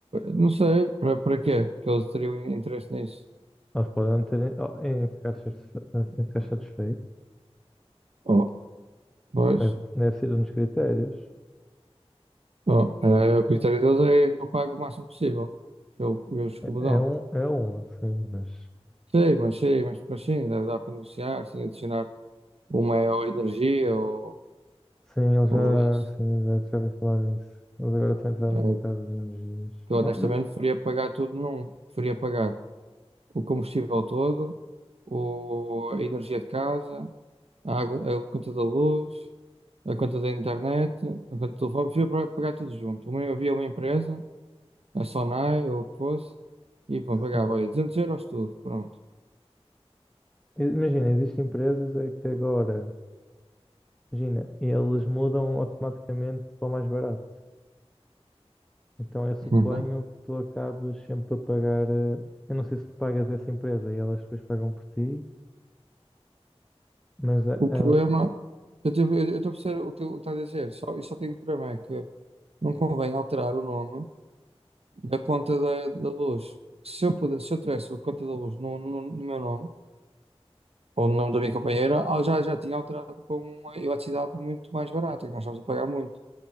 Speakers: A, on the right; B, in the centre.
A: não sei para, para quê que eles teriam interesse nisso.
B: Eles podem não terem oh, em ficar, satisfe- em ficar satisfeito.
A: Oh, pois,
B: Deve, deve ser um dos critérios.
A: oh, é, é o critério deles é que eu pago o máximo possível pelo, pelos que
B: É,
A: me dão.
B: é um, é um, sim, mas
A: Sei, mas sei, mas, mas sim, deve dar para negociar, sim, adicionar. Uma é ou energia ou,
B: sim, eles já,
A: ou isso.
B: sim, exato, já ouvi falar nisso. Eles agora estão a entrar
A: É,
B: no mercado de energias.
A: que
B: Oh,
A: eu honestamente
B: mas,
A: preferia pagar tudo num. Preferia pagar o combustível todo, o, a energia de casa, a água, a conta da luz, a conta da internet, a conta do telefone. Preferia pa- pagar tudo junto. Uma, havia uma empresa, a Sonai ou o que fosse, e pronto, pagava,
B: sim.
A: olha, 200 euros tudo, pronto.
B: I- Imagina, existem empresas é que agora, imagina, eles mudam automaticamente para o mais barato. Então eu suponho
A: Uhum.
B: que tu acabes sempre a pagar. eh, Eu não sei se tu pagas essa empresa e elas depois pagam por ti, mas a-
A: O
B: ela,
A: problema, eu estou a perceber o que tu estás a dizer, só, eu só tenho um problema, é que não convém alterar o nome da conta da, da luz. Se eu pudesse, se eu tivesse a conta da luz no, no- no meu nome, ou no nome da minha companheira, ah, já, já tinha alterado para uma eletricidade muito mais barata, que nós estamos a pagar muito.